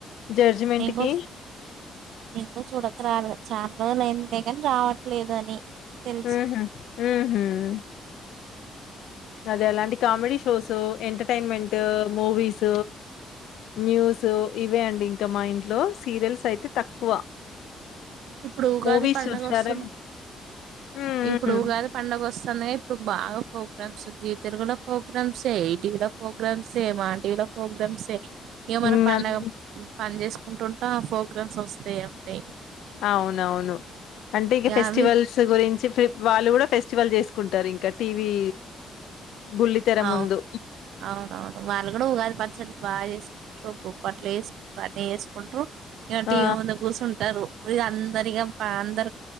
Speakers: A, on the left; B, on the right.
A: జడ్జిమెంట్
B: నింగా
A: కి?
B: నింగి చూడక రావాల చాడక రాలే <unintelligible> ఎవరో అంటే కాని రావట్లేదు అని
A: హ
B: తెలుసు
A: అదే అలాంటి comedy shows entertainment movies news ఇవే అండి ఇంకా మా ఇంట్లో సీరియల్స్ అయితే తక్కువ
B: ఇప్పుడు ఉగాది
A: మూవీస్
B: పండగ
A: చూస్తారా?
B: వస్తుంది
A: మ హ్మ్.
B: ఇప్పుడు
A: హ్మ్.
B: ఉగాది పండగ వస్తుందిగా ఇప్పుడు బాగా ప్రోగ్రామ్స్ ఉ జ తెలుగుల ప్రోగ్రామ్స్రే ఇటీవల ప్రోగ్రామ్స్రే మాంటివిల ప్రోగ్రామ్సే ఏమన్నా
A: హ్మ్.
B: పండగ
A: అన్
B: పని చేసు అంటుంటా ఆ ప్రోగ్రామ్స్ వస్తాయి అంటాయి
A: అవునవును అంటే ఇంక ఫెస్టివల్స్
B: అవి
A: గురించి వాళ్ళు కూడా ఫెస్టివల్ చేసుకు కుంటారు ఇంకా టీవీ బుల్లితెర
B: అవు
A: ముందు.
B: అవునవును వాళ్ళు కూడా ఉగాది పచ్చట్లు బాగా చేసుకుంటారు బుప్ప అట్లు వేసుకుంట బనే వేస్కుంటూ ఇటి
A: ఆ!
B: ముందు కూర్చుంటారు అందరిక అందరి